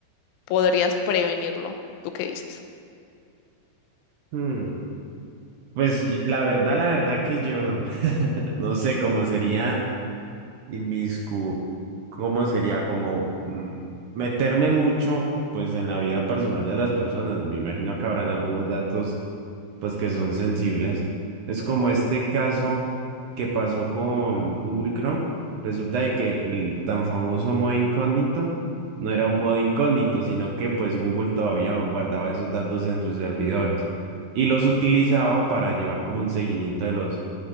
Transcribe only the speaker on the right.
Hmm, Pues y- la verdad, la verdad que yo no, <laughs> no sé cómo sería. inmiscu, ¿cómo sería? Como mm, meterme mucho, pues, en la vida personal de las personas. Me imagino que habrán algunos datos, pues, que son sensibles. Es como este caso que pasó con Google Chrome. Resulta de que el tan famoso modo incógnito no era un modo incógnito, sino que, pues, Google todavía guardaba esos datos en sus servidores y los utilizaba para llevar como un seguimiento de los